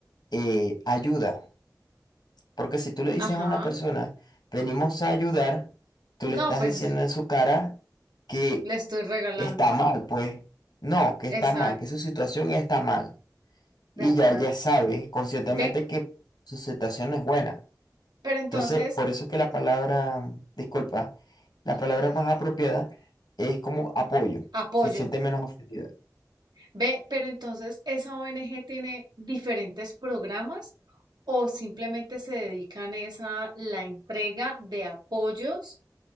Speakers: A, on the left; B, on the right.
A: eh, ayuda. Porque si tú le dices
B: Ajá.
A: a una persona, venimos a ayudar, tú
B: No,
A: le estás
B: pues
A: diciendo
B: es-
A: en su cara que
B: le estoy regalando.
A: está mal, pues. No, que está
B: Exacto,
A: mal, que su situación está mal. Y
B: de acuerdo.
A: ya ella sabe conscientemente
B: Ve,
A: que su situación no es buena.
B: pero entonces,
A: Entonces, por eso es que la palabra, disculpa, la palabra
B: a-
A: más apropiada es como apoyo,
B: Apoyo.
A: se siente menos ofendida.
B: Ve, pero entonces esa ONG tiene diferentes programas o simplemente se dedican es a la entrega de apoyos